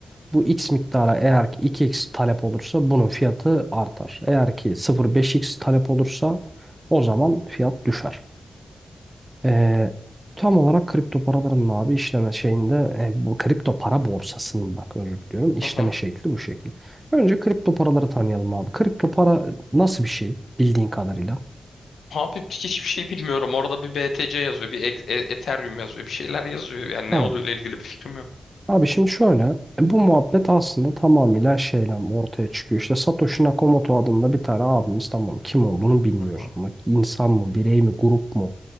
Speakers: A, on the right (about 20°); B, on the left (about 80°).
A: Bu x miktara eğer ki 2x talep olursa bunun fiyatı artar. Eğer ki 0.5x talep olursa o zaman fiyat düşer. Ee, tam olarak kripto paraların abi işleme şeyinde e, bu kripto para borsasının bak özür diliyorum işleme
B: Hı hı.
A: şekli bu şekil. Önce kripto paraları tanıyalım abi. Kripto para nasıl bir şey bildiğin kadarıyla?
B: Abi hiçbir şey bilmiyorum. Orada bir BTC yazıyor, bir E- E- Ethereum yazıyor, bir şeyler yazıyor. Yani
A: Tamam.
B: ne olduğuyla ilgili bir fikrim yok.
A: Abi şimdi şöyle, e, bu muhabbet aslında tamamıyla şeyle ortaya çıkıyor. İşte Satoshi Nakamoto adında bir tane abimiz tamam kim olduğunu bilmiyoruz.
B: Hı hı.
A: Bak, insan mı, birey mi, grup mu?